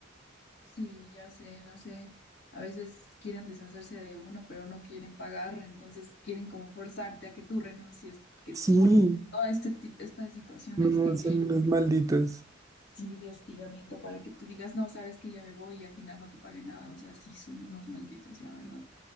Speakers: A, on the left; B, on the right.
A: Sí, ya sé, no sé, a veces quieren deshacerse de uno, pero no quieren pagar, entonces quieren como forzarte a que tú renuncies, que
B: Sí,
A: te ponen todas este tip- estas situaciones
B: No,
A: de
B: son unos malditos.
A: sí, de hostigamiento para que tú digas, no, sabes que ya me voy y al final no te pague nada, o sea, sí, son unos malditos, la verdad.